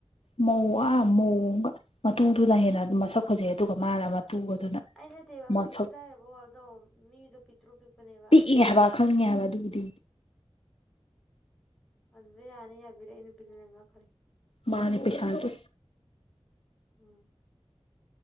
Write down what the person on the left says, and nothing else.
ꯃꯧ ꯑ ꯃꯧ ꯑꯃꯒ ꯃꯇꯨꯗꯨꯅ ꯍꯦꯟꯅ ꯑꯗꯨꯝ ꯃꯁꯛ ꯐꯖꯩ ꯑꯗꯨꯒ ꯃꯥꯅ ꯃꯇꯨꯒꯗꯨꯅ
ꯃꯁꯛ
ꯑꯦ ꯍꯥꯏꯕ ꯈꯪꯉꯦ ꯍꯥꯏꯕ ꯑꯗꯨꯕꯨꯗꯤ
ꯃꯥꯅꯦ ꯄꯩꯁꯥꯗꯣ